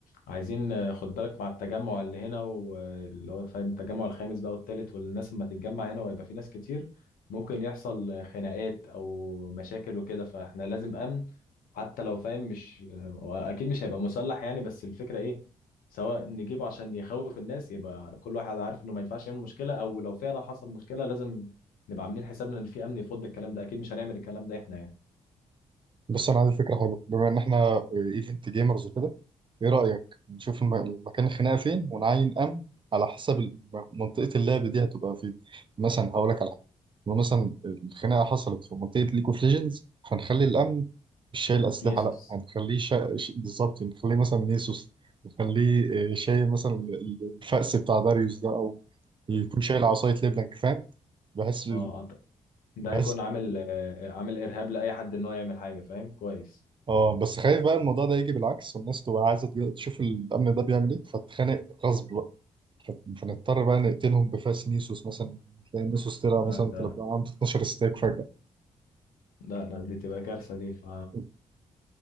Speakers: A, on the left; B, on the right.
A: عايزين آه، خد بالك مع التجمع اللي هنا واللي هو فاهم التجمع الخامس بقى والتالت والناس لما تتجمع هنا وهيبقى في ناس كتير ممكن يحصل آه، خناقات او مشاكل وكده فاحنا لازم امن حتى لو فاهم مش آه، اكيد مش هيبقى مسلح يعني بس الفكرة ايه سواء نجيبه عشان يخوف الناس يبقى كل واحد عارف انه ما ينفعش يعمل مشكلة او لو فعلا حصل مشكلة لازم نبقى عاملين حسابنا ان في امن يفض الكلام ده اكيد مش هنعمل الكلام ده احنا يعني
B: بص انا عندي فكره حلوه بما ان احنا ايفنت جيمرز وكده ايه رايك نشوف الم- المكان الخناقه فين ونعين امن على حسب الم- منطقه اللعب دي هتبقى فين مثلا هقول لك على حاجه لو مثلا الخناقه حصلت في منطقه ليج اوف ليجندز هنخلي الامن مش شايل اسلحه
A: نيسوس
B: لا هنخليه شا... ش- بالظبط نخليه مثلا نيسوس نخليه آه، شايل مثلا ال- ال- الفأس بتاع داريوس ده او يكون شايل عصايه ليبلانك فاهم بحس
A: اه ده
B: بحس
A: هيكون عامل آه، عامل ارهاب لاي حد ان هو يعمل حاجه فاهم كويس
B: اه بس خايف بقى الموضوع ده يجي بالعكس والناس تبقى عايزه تج- تشوف الامن ده بيعمل ايه فتتخانق غصب بقى فت- فنضطر بقى نقتلهم بفاس نيسوس مثلا تلاقي نيسوس طلع
A: آه،
B: مثلا
A: ده
B: تبقى عنده 12 ستيك فجاه
A: لا لا دي تبقى كارثه دي ف
B: انت